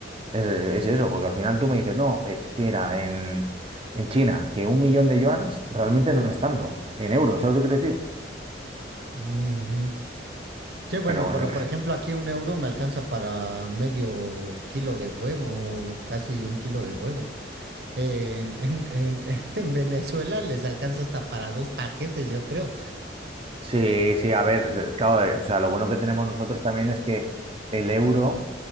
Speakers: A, on the right; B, on the right.
A: Es, es eso, porque al final tú me dices, no, eh, que era en, en China, que un millón de yuans realmente no es tanto, en euros, ¿sabes lo que quiero decir?
B: Ujú. Sí, bueno,
A: Pero bueno,
B: pero
A: yo qué
B: por
A: sé.
B: ejemplo aquí un euro me alcanza para medio kilo de huevo, casi un kilo de huevo. En, en- en- <laughs> en Venezuela les alcanza hasta para dos paquetes, yo creo.
A: Sí, sí, a ver, de- claro, eh, o sea, lo bueno que tenemos nosotros también es que el euro